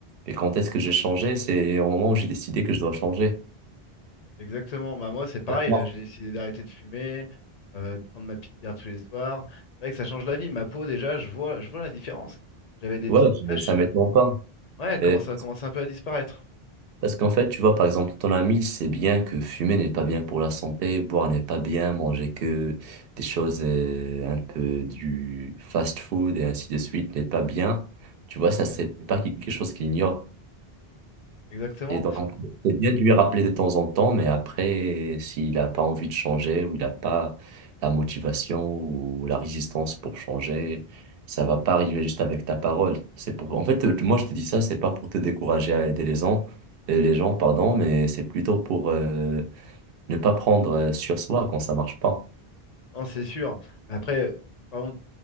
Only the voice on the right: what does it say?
Et quand est-ce que j'ai changé? C'est au moment où j'ai décidé que je dois changer.
D'accord.
Ouais,
je- ça m'étonne pas.
Et-
Parce qu'en fait, tu vois, par exemple, ton ami, il sait bien que fumer n'est pas bien pour la santé, boire n'est pas bien, manger que des choses euh, un peu du fast-food et ainsi de suite n'est pas bien. Tu vois, ça, c'est pas quelque chose qu'il ignore.
Et donc, c'est bien de lui rappeler de temps en temps, mais après, s'il n'a pas envie de changer ou il n'a pas la motivation ou la résistance pour changer, ça va pas arriver juste avec ta parole. C'est pour... En fait, euh, moi, je te dis ça, c'est pas pour te décourager à aider les gens, euh, les gens, pardon, mais c'est plutôt pour euh, ne pas prendre euh, sur soi quand ça marche pas.